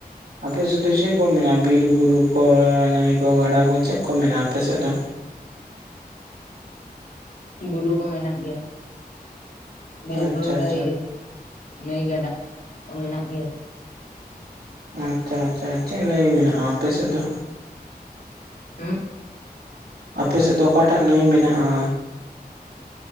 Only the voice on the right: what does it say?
ᱟᱯᱮ ᱥᱮᱫ ᱫᱚ ᱪᱮᱫ ᱠᱚ ᱢᱮᱱᱟᱜ-ᱟ ᱵᱤᱨ ᱵᱩᱨᱩ? ᱠᱚ ᱱᱟᱹᱭ ᱠᱚ, ᱜᱟᱰᱟ ᱠᱚ ᱪᱮᱫ ᱠᱚ ᱢᱮᱱᱟᱜ-ᱟ ᱟᱯᱮ ᱥᱮᱫ ᱫᱚ?
ᱟᱪᱪᱷᱟ
ᱟᱪᱪᱷᱟ
ᱟᱪᱪᱷᱟ ᱟᱪᱪᱷᱟ ᱟᱪᱶᱷᱟ᱾ ᱪᱮᱫ ᱱᱟᱹᱭ ᱢᱮᱱᱟᱜᱼᱟ ᱟᱯᱮ ᱥᱮᱫ ᱫᱚ?
ᱟᱯᱮ ᱥᱮᱫ ᱫᱚ ᱚᱠᱟᱴᱟᱜ ᱱᱟᱹᱭ ᱢᱮᱱᱟᱜ-ᱟ?